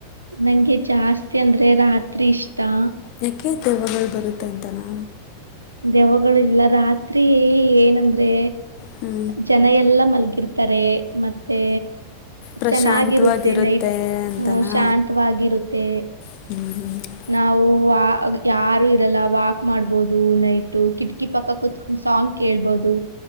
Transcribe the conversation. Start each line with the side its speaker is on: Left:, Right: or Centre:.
Right: ನಂಗೆ ಜಾಸ್ತಿ ಅಂದ್ರೆ ರಾತ್ರಿ ಇಷ್ಟಾ.
Left: ಯಾಕೆ ದೆವ್ವಗಳು ಬರುತ್ತೆ ಅಂತನಾ.
Right: ದೆವ್ವಗಳು ಇಲ್ಲ ರಾತ್ರಿ ಏನಂದ್ರೆ
Left: ಹ್ಞೂ
Right: ಜನ ಎಲ್ಲಾ ಮಲ್ಗಿರ್ತಾರೆ ಮತ್ತೆ
Left: ಪ್ರಶಾಂತವಾಗಿರುತ್ತೆ
Right: ಚೆನ್ನಾಗಿರುತ್ತೆ ನೈಟ್
Left: ಅಂತನಾ
Right: <unintelligible> ಶಾಂತವಾಗಿರುತ್ತೆ.
Left: <unintelligible>
Right: ನಾವು ವಾ ಯಾರು ಇರಲ್ಲ ವಾಕ್ ಮಾಡ್ಬೋದು ನೈಟು ಕಿಟಕಿ ಪಕ್ಕ ಕುತ್ ಸಾಂಗ್ ಕೇಳ್ಬೋದು.